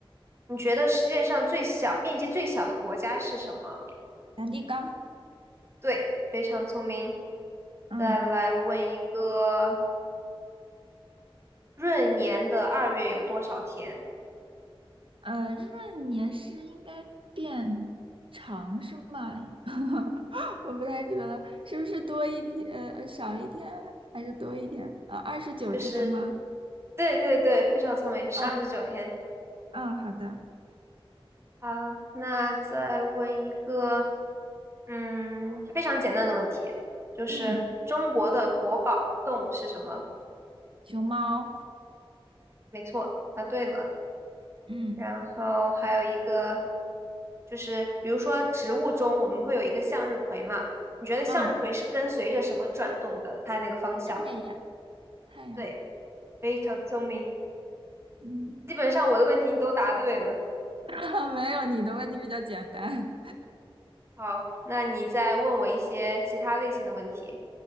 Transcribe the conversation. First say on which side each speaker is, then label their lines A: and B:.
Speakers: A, on the right; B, on the right.
A: 你觉得世界上最小面积最小的国家是什么？
B: 梵蒂冈，
A: 对，非常聪明。
B: 嗯。
A: 再来问一个，闰年的二月有多少天？
B: 呃，闰年是应该变长是吗？<laughs> 我不太记得了，是不是多一天，呃，呃少一天还是多一天？呃，二十九天吗？
A: 就是对对对，非常聪明，是二十九天。
B: 嗯嗯，好的。
A: 好，那再问一个，嗯，非常简单的问题，就是中国的国宝动物是什么？
B: 嗯，熊猫。
A: 没错，答对了。
B: 嗯
A: 然后还有一个，就是比如说植物中我们会有一个向日葵嘛，你觉得向日葵是跟随着什么转动的？
B: 嗯，
A: 它的那个方向？
B: 太阳太阳。
A: 对。非常聪明，
B: 嗯，
A: 基本上我的问题你都答对了。
B: <laughs> 没有，你的问题比较简单。
A: 好，那你再问我一些其他类型的问题。